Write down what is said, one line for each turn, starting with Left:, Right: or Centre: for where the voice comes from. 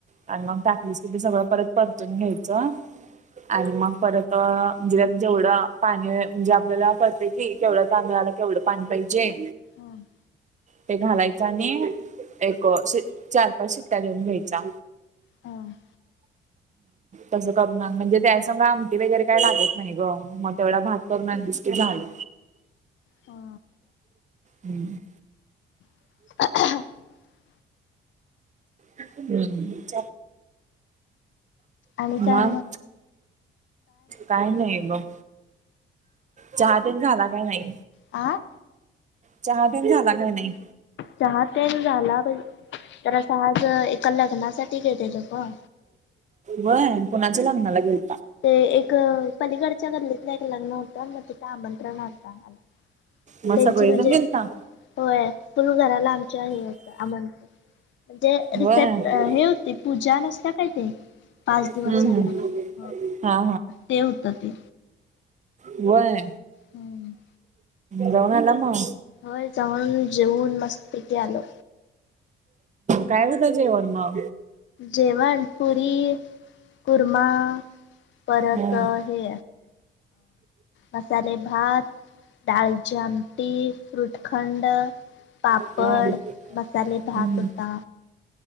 Right: आणि मग टाकलीस कि ते सगळं परत परतून घ्यायचं. आणि मग परत म्हणजे जेवढं पाणी म्हणजे आपल्याला करते की केवढं तांदळाला केवढं पाणी पाहिजे.
Left: हम.
Right: ते घालायच आणि एक श चार पाच शि्ट्या लिऊन घ्यायचा.
Left: ह.
Right: तसं करून म्हणजे त्या सग आमटी वगैरे काही लागत नाही ग म तेवढा भात करणष्टी झालं
Left: हा
Right: हम
Left: <inaudible>
Right: हम्
Left: आणि काय
Right: मग काय नाही मग चहा तेच झाला काय नाही
Left: आं
Right: चहा दिन झाला काय नाही
Left: जहाज पन झालाण तर आज एका लग्नासाठी घेेतेल ग
Right: वय कणाच लग्नाला गेल
Left: ते एक पलीकडच्या गल्लीतलं एक लग्न होतं ना तिथं आमंत्रण होत आम्हाला
Right: मग
Left: त्यांची
Right: सगळेजन
Left: म्हणजे
Right: गेल ना
Left: होय फुल घराला आमच्या हे होत आमंत्रण म्हणजे रिसेप
Right: व्हय
Left: हे ते पूजा नसता काय ते पाच
Right: हम्म
Left: झाल्यावरती
Right: हम्म हा
Left: ते होत ते
Right: वय
Left: हम
Right: जावनाम
Left: होय जाऊन जेऊन मस्तपथे आलो
Right: काय रता जेवनमा
Left: जेवण पुरी कुर्मा परत
Right: हम्म
Left: हे मसाले भात ाळचम टी फ्रुटखंड पापड
Right: हम्म
Left: मसाले भात
Right: हम्म
Left: होता